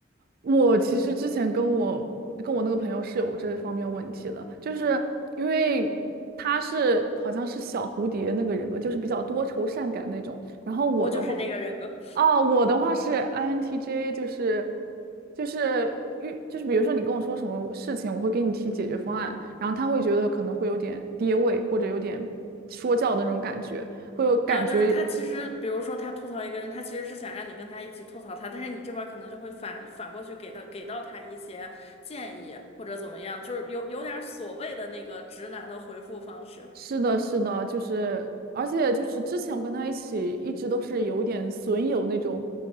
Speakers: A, on the right (about 45°); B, on the left (about 30°).
A: 我其实之前跟我跟我那个朋友是有这方面问题的，就是因为他是好像是小蝴蝶那个人格，就是比较多愁善感那种。然后我的话，
B: 我就是那个人格。
A: 哦，我的话是 INTJ，就是就是遇就是比如说你跟我说什么事情，我会给你提解决方案，然后他会觉得可能会有点跌位或者有点说教的那种感觉，会有感觉
B: 啊，就是他其实，比如说他吐槽一个人，他其实是想让你跟他一起吐槽他，但是你这边儿可能就会反反过去给他给到他一些建议或者怎么样，就是有有点儿所谓的那个直男的回复方式
A: 是的，是的，就是，而且就是之前我跟他一起一直都是有点损友那种